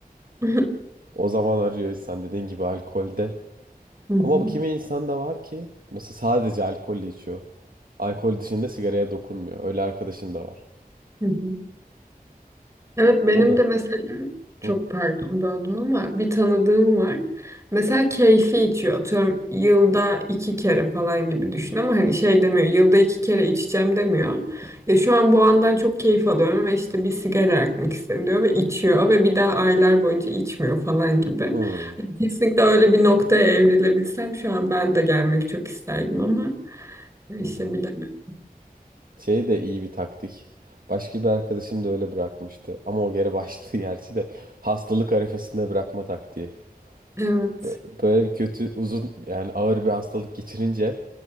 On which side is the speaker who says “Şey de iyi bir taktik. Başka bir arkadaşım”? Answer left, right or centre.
Right